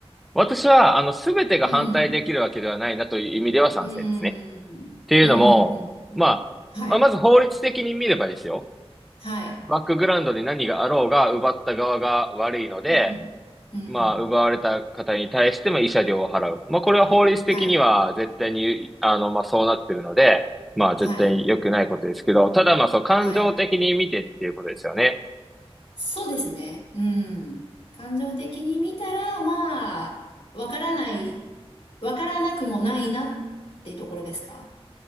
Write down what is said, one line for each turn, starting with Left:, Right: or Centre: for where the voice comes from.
Centre: 私は、あの、すべてが反対できるわけではないなという意味では賛成ですね。
Left: うん。うん。
Centre: っていうのも、
Left: うん、うん、うん、
Centre: まあ、
Left: うん。はい。
Centre: まあまず法律的に見ればですよ。
Left: はい。
Centre: バックグラウンドで何があろうが、奪った側が悪いので、
Left: うん。うん。
Centre: まあ、奪われた方に対しても慰謝料を払う。まあ、これは法律的には絶対に、
Left: はい。
Centre: あの、まあ、そうなってるので、まあ、
Left: はい。
Centre: 絶対に良くないことですけど、ただまあ、そう、感情的に見てっていうことですよね。
Left: はい。そうですね。うん。感情的に見たら、まあ、わからない、わからなくもないなってところですか